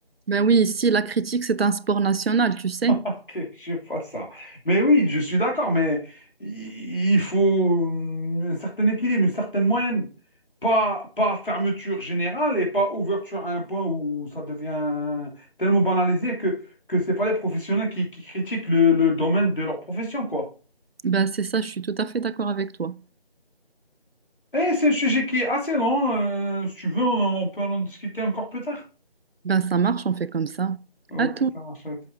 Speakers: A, on the right (about 70°); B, on the left (about 55°).
A: Ben oui, ici, la critique, c'est un sport national, tu sais.
B: <laughs> Ok, je vois ça. Mais oui, je suis d'accord, mais i- il faut euh, un certain équilibre, une certaine moyenne. Pas, pas fermeture générale et pas ouverture à un point où ça devient tellement banalisé que, que c'est pas les professionnels qui, qui critiquent le, le domaine de leur profession, quoi.
A: Ben c'est ça, je suis tout à fait d'accord avec toi.
B: Et c'est un sujet qui est assez long. euh, si tu veux, on peut en discuter encore plus tard.
A: Ben ça marche, on fait comme ça.
B: Ok,
A: À tout.
B: ça marche. à la